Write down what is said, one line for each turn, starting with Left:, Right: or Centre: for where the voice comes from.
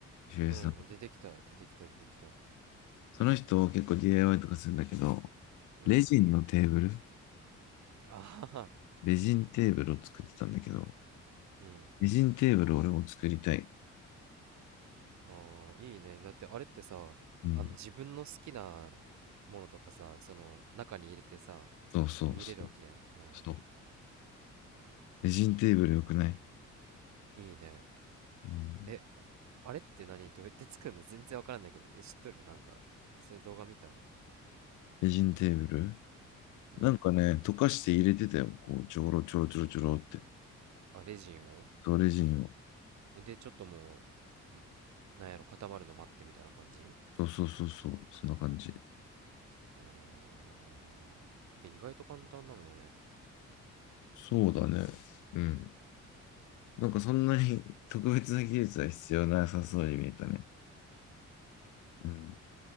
Left: 秀平さん。
Right: ー。うん。出てきた。出てきた出てきた。
Left: その人結構 DIY とかするんだけど、
Right: うん。
Left: レジンのテーブル、
Right: あ
Left: レジンテーブルを作ってたんだけど、
Right: ー。うん。
Left: レジンテーブル俺も作りたい。
Right: あー。いいね。だってあれってさ、
Left: うん。
Right: あの自分の好きなものとかさ、その中に入れてさ、
Left: そうそうそう。
Right: 見れるわけやん。あ
Left: そう。レジンテーブルよくない
Right: ーいいね。
Left: うん。
Right: え、あれって何どうやって作るの全然わからんだけど。え、知っとるなんか、そういう動画見たん
Left: レジンテーブル
Right: うん。
Left: なんかね、溶かして入れてたよ。こう、ちょろちょろちょろちょろって。
Right: あ、レジンを
Left: そう、レジンを。
Right: で、ちょっともう、んなんやろ、固まるの待ってみたいな感じ
Left: そうそうそうそう。そんな感じ。
Right: あーえ、意外と簡単なんやね。
Left: そうだね。うん。なんかそんなに特別な技術は必要なさそうに見えたね。うん。